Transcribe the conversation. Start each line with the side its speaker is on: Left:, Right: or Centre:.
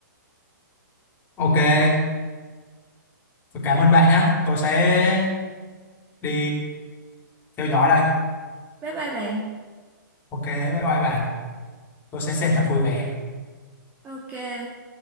Left: ok tôi cảm ơn bạn nhé tôi sẽ đi theo dõi đây
Right: Bye bye bạn.
Left: ok bye bye bạn tôi sẽ xem thật vui vẻ
Right: Ok.